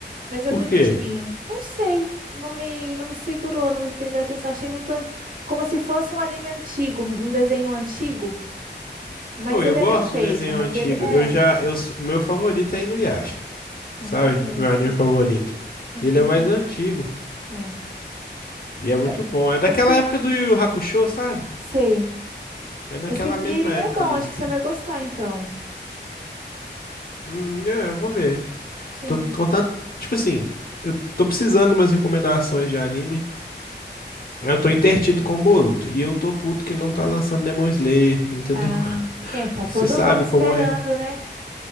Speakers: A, on the right; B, on the left.
A: Mas é
B: Por
A: bonitinho.
B: quê?
A: Não sei. Não me, não me segurou, não me prendeu a atenção. Achei muito ant- como se fosse um anime antigo, um desenho antigo. Mas
B: Oh, eu
A: ele
B: gosto
A: é bem feito.
B: de desenho
A: Mas
B: antigo.
A: ele é.
B: Eu já, eu, sou- meu favorito é Inuyasha,
A: Não
B: sabe?
A: conheço.
B: Meu anime favorito.
A: Eu
B: Ele
A: não
B: é
A: conheço.
B: mais antigo
A: É.
B: e é muito
A: É,
B: bom. É daquela
A: Esse.
B: época do Yu Yu Hakusho, sabe?
A: Sei.
B: É daquela
A: Esse Frieren
B: mesma época
A: é bom.
B: ali.
A: Acho que você vai gostar, então.
B: Hum, é, eu vou ver.
A: Sim.
B: Tô contando, tipo assim, eu tô precisando de umas recomendações de anime. Eu tô entretido com o Boruto e eu tô puto que não tá lançando Demon Slayer, entendeu?
A: Ah, quem? é? Tá
B: Você
A: todo
B: sabe
A: mundo esperando,
B: como é?
A: né?